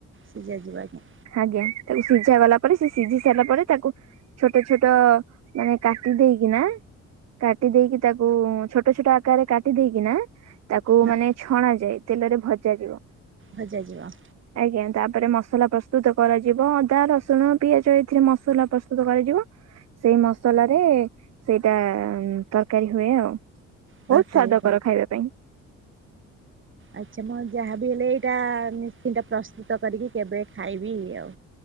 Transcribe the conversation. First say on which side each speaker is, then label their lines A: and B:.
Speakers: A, on the right; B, on the right.
A: ସିଝା ଯାଇ ଯିବ ଆଜ୍ଞା।
B: ଆଜ୍ଞା ତାକୁ ସିଝା ଗଲା ପରେ ସେ ସିଝି ସାରିଲା ପରେ ତାକୁ ଛୋଟ ଛୋଟ ମାନେ କାଟି ଦେଇକି ନା। କାଟି ଦେଇକି ତାକୁ ଛୋଟ ଛୋଟ ଆକାରରେ କାଟି ଦେଇେକିନା ତାକୁ
A: ହଁ
B: ମାନେ ଛଣା ଯାଏ ତେଲରେ ଭଜା ଯିବ।
A: ଭଜା ଯିବ।
B: ଆଜ୍ଞା ତାପରେ ମସଲା ପ୍ରସ୍ତୁତ କରାଯିବ ଅଦା ରସୁଣ ପିଆଜ ଏଥିରେ ମସଲା ପ୍ରସ୍ତୁତ କରାଯିବ। ସେଇ ମସଲାରେ ସେଇଟା ଉଁ ତରକାରୀ ହୁଏ ଆଉ।
A: ତରକାରୀ
B: ବହୁତ ସ୍ଵାଦକର ଖାଇବା ପାଇଁ।
A: ଆଚ୍ଛା ମୁଁ ଯାହାବି ହେଲେ, ଏଇଟା ନିଶ୍ଚିନ୍ତ ପ୍ରସ୍ତୁତ କରିକି କେବେ ଖାଇବି ଆଉ।